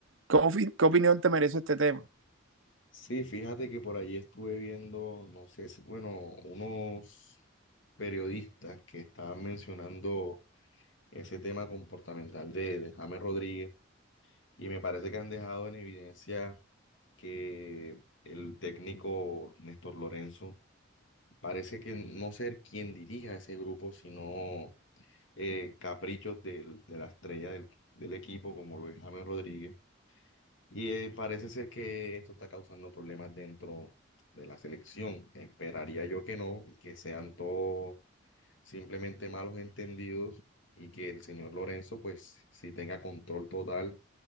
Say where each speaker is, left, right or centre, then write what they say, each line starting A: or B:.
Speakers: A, on the right (about 80°); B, on the left (about 70°).
A: ¿Qué, opin qué opinión te merece este tema?
B: Sí, fíjate que por allí estuve viendo, no sé si, bueno, unos periodistas que estaban mencionando ese tema comportamental de, de James Rodríguez y me parece que han dejado en evidencia que el técnico Néstor Lorenzo parece que no ser quien dirija ese grupo, sino eh, caprichos del- de la estrella del, del equipo, como lo es James Rodríguez. Y eh, parece ser que esto está causando problemas dentro de la selección. Esperaría yo que no, y que sean todos simplemente malos entendidos y que el señor Lorenzo pues sí tenga control total